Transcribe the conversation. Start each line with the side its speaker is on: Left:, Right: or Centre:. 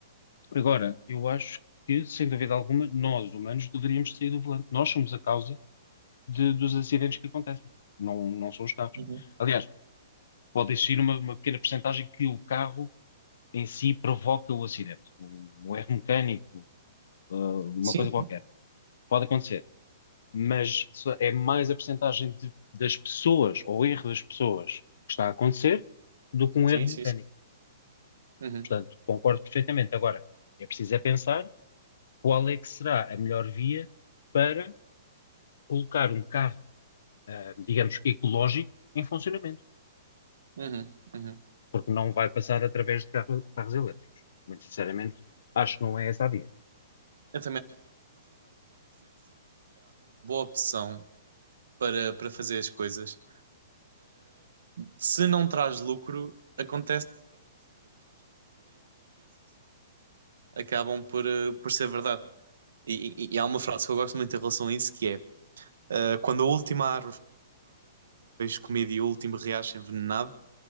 Left: Agora, eu acho que, sem dúvida alguma, nós, humanos, deveríamos sair do volante. Nós somos a causa de- dos acidentes que acontecem. Não, não são os carros.
Right: uhum.
Left: Aliás, pode existir uma, uma pequena percentagem que o carro em si provoca o acidente. Um, um erro mecânico, ah, uma
Right: Sim,
Left: coisa qualquer. Pode acontecer. Mas só- é mais a percentagem de- das pessoas, ou erro das pessoas, que está a acontecer, do que um
Right: sim,
Left: erro
Right: sim.
Left: mecânico.
Right: sim. Uhum,
Left: Portanto, concordo perfeitamente. Agora, é preciso é pensar qual é que será a melhor via para colocar um carro, ah, digamos, ecológico em funcionamento.
Right: uhum, uhum.
Left: porque não vai passar através de carro- carros elétricos. Muito sinceramente, acho que não é essa a via.
Right: A tentação para ver as coisas, se não trago, acon- acabam por, eh, por ser verdade. E, e- e há uma frase que eu gosto muito que é: eh, Quando a última comida me reacha envenenado,